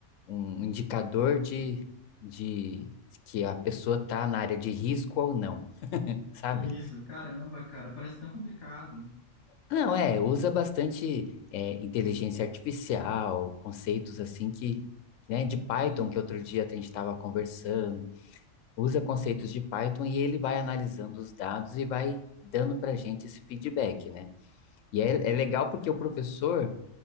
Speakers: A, on the left; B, on the left.
A: um indicador de, de que a pessoa tá na área de risco ou não, sabe?
B: Isso, caramba, cara, parece tão complicado.
A: Não, é, usa bastante é, inteligência artificial, conceitos assim que, né, de Python,
B: Isso,
A: que outro dia a gente estava conversando, usa conceitos de Python e ele vai analisando os dados e vai dando para a gente esse feedback, né? E é, é legal porque
B: caramba.
A: o professor,